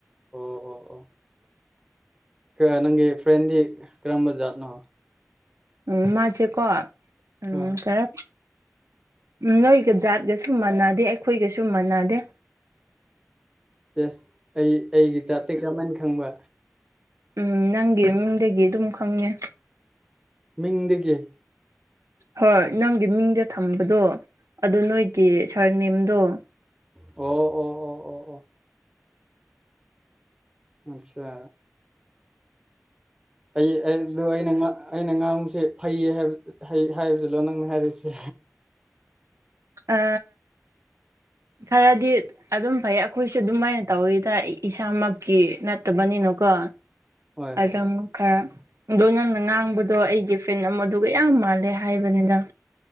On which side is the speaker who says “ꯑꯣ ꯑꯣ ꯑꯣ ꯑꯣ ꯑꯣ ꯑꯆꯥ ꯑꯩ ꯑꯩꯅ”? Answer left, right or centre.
Right